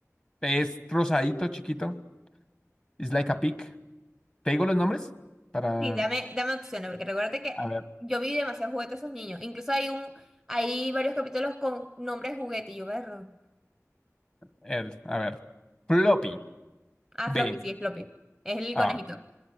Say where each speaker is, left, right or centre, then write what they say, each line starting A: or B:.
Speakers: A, on the left; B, in the centre.
A: Es rosadito, chiquito. It's like a pig. ¿Te digo los nombres? Para...
B: sí, dame, dame opciones, porque recuérdate que
A: A ver,
B: yo vi demasiados juguetes a esos niños. Incluso hay un, hay varios capítulos con nombres de juguete y yo berro.
A: el- a ver. Floppy.
B: Ah,
A: B.
B: Floppy, sí, es Floppy. Es el
A: Ah.
B: conejito.